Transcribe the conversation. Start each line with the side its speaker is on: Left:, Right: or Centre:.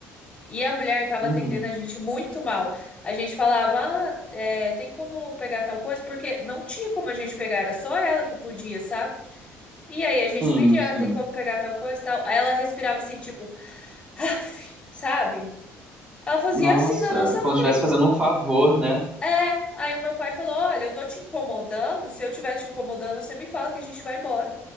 Left: E a mulher estava
Right: uhum.
Left: atendendo a gente muito mal. A gente falava, ah, é, tem como pegar tal coisa? Porque não tinha como a gente pegar, era só ela que podia, sabe? E aí a gente
Right: Sim,
Left: pedia,
Right: sim.
Left: ah, tem como pegar tal coisa e tal. Aí ela respirava assim, tipo, "Aff", sabe? Ela fazia
Right: Nossa,
Left: assim na nossa
Right: como
Left: frente.
Right: se estivesse fazendo um favor, né?
Left: É, aí o meu pai falou: Olha, eu tô te incomodando. Se eu tiver te incomodando, você me fala que a gente vai embora.